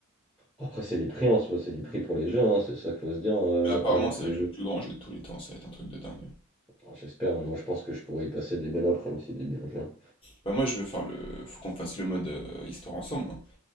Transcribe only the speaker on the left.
Mais apparemment,
ça
va être
le plus grand jeu de tous les temps, ça va être un truc de dingue.
Bah moi, je veux faire le... Faut qu'on fasse le mode euh, histoire ensemble. hein.